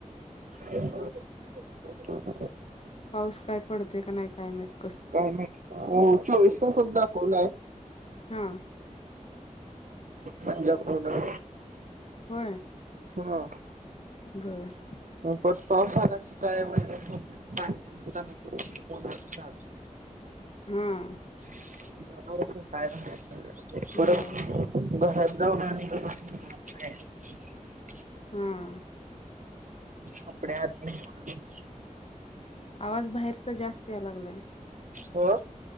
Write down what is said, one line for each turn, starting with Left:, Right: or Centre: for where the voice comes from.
Right: ह ह ह
Left: पाऊस काय पडते का नाही काय माहत
Right: काय नाही हो चोवीसला सुद् दाखवला आहे
Left: हां
Right: पंजाब फडर
Left: हो
Right: हा.
Left: बर.
Right: <inaudible>
Left: हा.
Right: <unintelligible>
Left: घालायचं
Right: <inaudible>
Left: हा.
Right: कपडे आत घेऊन जातो मग.
Left: आवाज बाहेरचा जास्त याय लागलाय.
Right: हो.